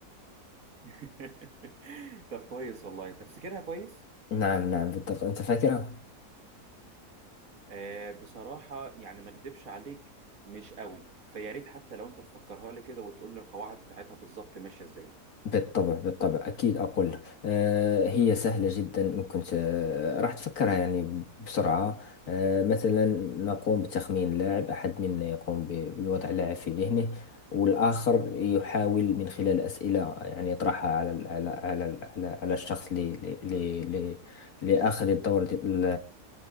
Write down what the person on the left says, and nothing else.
<laughs> نعم نعم بالضبط أنت فاكرها؟
بالطبع بالطبع أكيد أقول لك آه، هي سهلة جدا إن كنت آه، راح تفكرها يعني بسرعة آه، مثلا نقوم بتخمين لاعب أحد منا يقوم ب- بوضع لاعب في ذهنه والآخر يحاول من خلال أسئلة يعني يطرحها على ال- على على ال- على, على الشخص لي لي لي لي- لآخذ الدور د- ال-